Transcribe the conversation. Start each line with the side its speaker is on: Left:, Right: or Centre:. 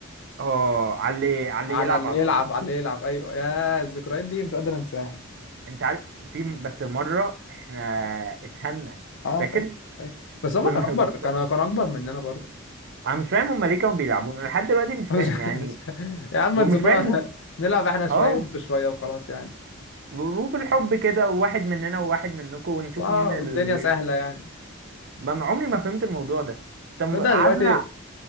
Right: اه على اللي على
Left: على
Right: اللي يلعب
Left: اللي
Right: على
Left: يلعب
Right: الارض
Left: على اللي يلعب ايوه يا الذكريات دي مش قادر انساها
Right: انت عارف في م- بس مره احنا اتهنا
Left: اه
Right: فاكر
Left: فاكر فاكر بس هما
Right: كنا
Left: كانوا اكبر
Right: <laughs> كنت
Left: كانوا كانوا اكبر مننا برضه
Right: انا مش فاهم هما ليه كانوا بيلعبونا أنا لحد دلوقتي
Left: <laughs>
Right: مش فاهم
Left: مش-
Right: يعني
Left: مش- يا عم
Right: ومش
Left: تسيبونا
Right: فاهم
Left: <laughs> نلعب احنا شويه
Right: اه
Left: وانتوا شويه وخلاص يعني
Right: و- وبالحب كده وواحد مننا وواحد منكم ونشوف
Left: واه
Right: مين اللي
Left: والدنيا سهله
Right: يكسب
Left: يعني
Right: ما ما- عمري ما فهمت الموضوع ده طب
Left: تصدق
Right: قعدنا
Left: دلوقتي